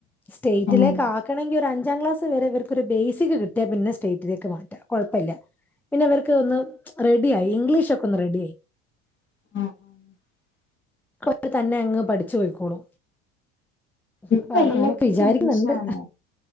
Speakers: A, in the centre; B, on the left.
A: സ്റ്റേറ്റിലേക്ക്‌
B: ഉം
A: ആ- ആണെങ്കിൽ ഒരു അഞ്ചാം ക്ലാസ് വരെ ഇവർക്കൊരു ബേസിക് കിട്ടിയാ പിന്നെ സ്റ്റേറ്റിലേക്ക് മാറ്റാം കൊഴപ്പമില്ല പിന്നെ അവർക്ക് ഒന്ന് റെടിയായി ഇംഗ്ലീഷ് ഒക്കെ ഒന്ന് റെഡിയായി
B: ആഹ്
A: അവര് തന്നെ അങ്ങ് പഠിച്ചു പോയിക്കോളും
B: ഇപ്പൊ
A: അപ്പ അത്
B: എല്ലാത്തിനും
A: അങ്ങനെയൊക്കെ വിചാരിക്കുന്നുണ്ട്
B: ഇംഗ്ലീഷാണ്